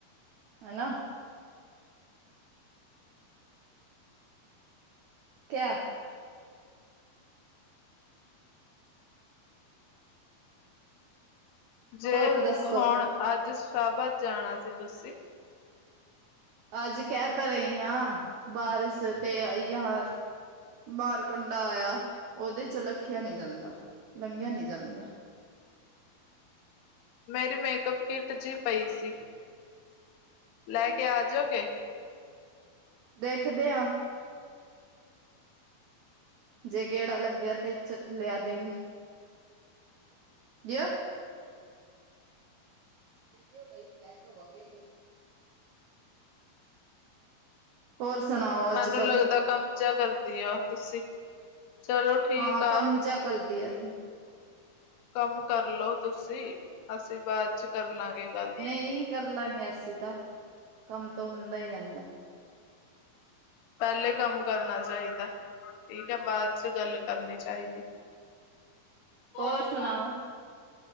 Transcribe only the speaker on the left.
ਜੇ
ਹੁਣ ਅੱਜ ਸ਼ਾਹਾਬਾਦ ਜਾਣਾ ਸੀ ਤੁਸੀਂ
ਮੇਰੀ ਮੇਕਅੱਪ ਕਿੱਟ ਜੀ ਪਈ ਸੀ ਲੈ ਕੇ ਆਜੋਗੇ।
ਮੈਨੂੰ
ਲੱਗਦਾ ਕੰਮ ਜਾ ਕਰਦੀ ਆ ਤੁਸੀਂ। ਚਲੋ ਠੀਕ
ਆ।
ਕੰਮ ਕਰਲੋ ਤੁਸੀਂ ਅਸੀਂ ਬਾਦ ਚ ਕਰ ਲਾਂਗੇ। ਗੱਲ
ਪੈਲੇ ਕੰਮ ਕਰਨਾ ਚਾਈਦਾ ਠੀਕ ਆ ਬਾਦ ਚ ਗੱਲ ਕਰਨੀ ਚਾਈਦੀ <unintelligible>